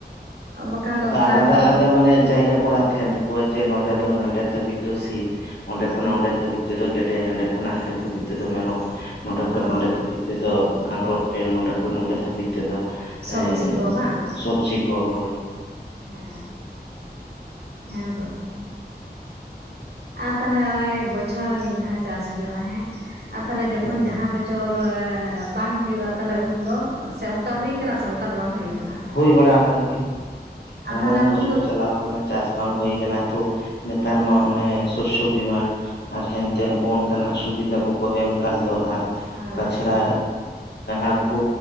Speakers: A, on the right; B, on the left.
A: ᱵᱟᱠᱷᱟᱱ ᱫᱚ
B: ᱟᱫᱚ
A: ᱚᱱᱠᱟ
B: ᱟᱞᱟᱫᱟ
A: ᱦᱚᱸ
B: ᱟᱞᱟᱫᱟ ᱢᱟᱱᱮ ᱡᱟᱭᱜᱟ ᱠᱚᱨᱟᱸᱱ ᱛᱟᱠᱚᱣᱟ ᱡᱮ ᱱᱚᱰᱮ ᱫᱚ ᱱᱚᱰᱮ ᱫᱷᱟᱹᱵᱤᱡ ᱫᱚ ᱥᱤᱢ ᱚᱸᱰᱮ ᱠᱷᱚᱱᱟᱜ ᱚᱸᱰᱮ ᱫᱷᱟᱹᱵᱤᱡ ᱛᱮᱫᱚ ᱜᱮᱰᱮ ᱦᱟᱸᱰᱮ ᱠᱷᱚᱱᱟᱜ ᱦᱟᱸᱰᱮ ᱫᱷᱟᱹᱵᱤᱡ ᱛᱮᱫᱚ ᱢᱮᱨᱚᱢ ᱱᱚᱰᱮ ᱠᱷᱚᱱ
A: ᱚ
B: ᱱᱚᱰᱮ ᱫᱷᱵᱤᱡ ᱛᱮᱫᱚ ᱟᱝᱜᱽᱨᱚᱵ ᱯᱮᱱ ᱱᱚᱰᱮ ᱠᱷᱚᱱ ᱱᱚᱰᱮ ᱫᱷᱟᱹᱵᱤᱡ ᱛᱮᱫᱚ
A: ᱥᱚᱵᱽᱡᱤ
B: ᱮ
A: ᱠᱚ ᱵᱟᱝ
B: ᱥᱚᱵᱡᱤ ᱠᱚ ᱦᱳᱭ
A: ᱦᱮᱸ ᱦᱮᱸ ᱛᱚᱥᱮ ᱟᱨ ᱛᱟᱦᱞᱮ ᱵᱚᱪᱷᱚᱨ ᱨᱮ ᱢᱤᱫ ᱫᱷᱟᱣ ᱪᱟᱥ ᱦᱩᱭᱩᱜ-ᱟ ᱦᱮᱸ ᱟᱨ ᱛᱟᱦᱞᱮ ᱡᱚᱠᱷᱚᱱ
B: ᱦᱮᱸ
A: ᱡᱟᱦᱟᱸ ᱵᱚᱪᱷᱚᱨ ᱪᱚᱨᱻ ᱵᱟᱝ ᱦᱩᱭᱩᱜ-ᱟ ᱛᱟᱦᱚᱞᱮ ᱩᱱᱫᱚ ᱥᱮ ᱚᱱᱠᱟ ᱦᱩᱭ ᱟᱠᱟᱱᱟ ᱥᱮ ᱚᱱᱠᱟᱫᱚ ᱵᱟᱝ ᱦᱩᱭᱠᱟᱱᱟ
B: ᱦᱩᱭ ᱵᱟᱲᱟ ᱟᱠᱟᱱ ᱜᱮᱭᱟ ᱮᱢᱚᱱ
A: ᱛᱟᱦᱚᱞᱮ
B: ᱦᱚᱸ ᱵᱚᱪᱷᱚᱨ
A: ᱩᱱᱫᱚ
B: ᱪᱟᱞᱟᱣ ᱟᱠᱟᱱᱟ ᱪᱟᱥ ᱵᱟᱝ ᱦᱩᱭ ᱟᱠᱟᱱᱟ ᱛᱚ ᱱᱮᱛᱟᱨ ᱢᱟ ᱚᱱᱮ ᱥᱚᱥᱥᱚ ᱵᱤᱢᱟ ᱟᱨ ᱦᱮᱱᱛᱮᱱ ᱠᱚ ᱚᱱᱠᱟᱱᱟᱜ ᱥᱩᱵᱤᱫᱷᱟ ᱠᱚᱠᱚ ᱮᱢ ᱟᱠᱟᱫ ᱫᱚ ᱟᱨ
A: ᱦᱳᱭ
B: ᱛᱟᱪᱷᱟᱲᱟ ᱟᱠᱚ